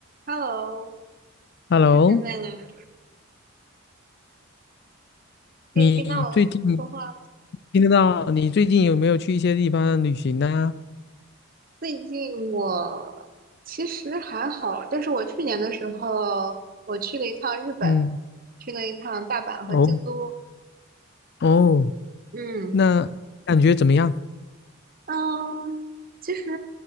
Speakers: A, on the right; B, on the left.
A: Hello，
B: Hello，
A: 又见面了，可以听到我说话吗
B: 你最近听得到？你最近有没有去一些地方旅行呢、
A: 最近我其实还好，就是我去年的时候，我去了一趟日本，
B: 嗯，
A: 去了一趟大阪和京都。
B: 哦哦，
A: 嗯，
B: 那感觉怎么样？
A: 嗯，其实